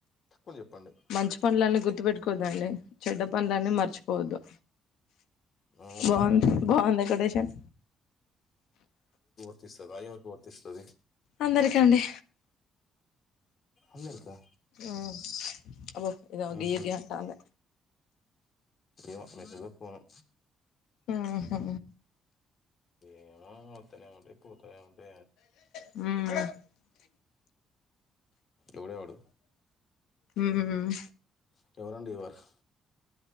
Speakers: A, on the left; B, on the left.
A: తక్కువ చెప్పండి.
B: మంచి పనులన్నీ గుర్తుపెట్టుకోవద్దండి చెడ్డ పనులన్నీ మర్చిపో బాధ
A: అవునా!
B: బాగుంది బాగుంది ఎక్కడేషన్
A: చిన్న స్థాయి వాళ్లకి వర్తిస్తది
B: అందరికండి
A: అమెరికా
B: ఉమ్ అబ్బో ఇదేమో
A: ఆహ
B: గియ్యి గియ్యి అంటాంది
A: ఏమో మెసేజ్ ఫోనో
B: ఆహా
A: ఏమో వస్తానే ఉంటాయి పోతూనే ఉంటాయి అన్ని
B: ఉ
A: ఎవడేవాడు
B: ఉమ్మ్
A: స్టోర్ అండ్ రివర్స్